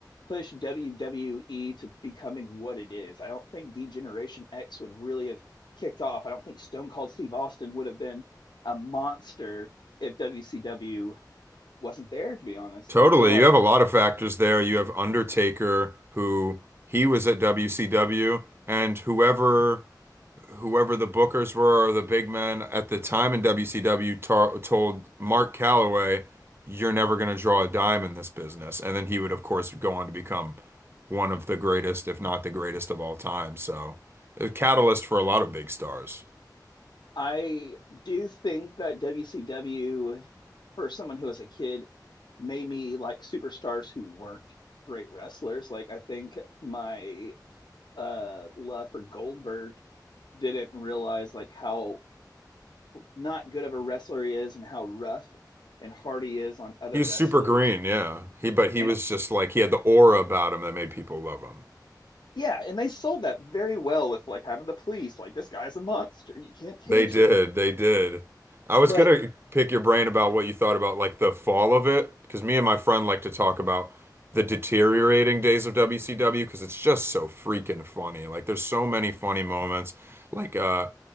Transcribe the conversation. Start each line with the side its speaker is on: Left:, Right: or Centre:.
Left: pushed WWE to becoming what it is. I don't think Degeneration X would really have kicked off. I don't think Stone Cold Steve Austin would have been a monster if WCW wasn't there, to be honest.
Right: Totally.
Left: I feel like
Right: You have a lot of factors there. You have Undertaker, who he was at WCW, and whoever whoever the bookers were or the big men at the time in WCW tar told Mark Calloway, "You're never going to draw a dime in this business." And then he would, of course, go on to become one of the greatest, if not the greatest of all time. So, a catalyst for a lot of big stars.
Left: I do think that WCW, for someone who was a kid, made me like superstars who weren't great wrestlers. Like I think my uh love for Goldberg didn't realize like how not good of a wrestler he is and how rough and hard he is on other
Right: He was
Left: wrestlers.
Right: super green, yeah. He but he
Left: And
Right: was just like he had the aura about him that made people love him.
Left: yeah, and they sold that very well with like having the police like this guy's a monster. You can't cage
Right: They did.
Left: him.
Right: They did. I was
Left: But
Right: gonna pick your brain about what you thought about like the fall of it, because me and my friend like to talk about the deteriorating days of WCW because it's just so freaking funny. Like there's so many funny moments. Like uh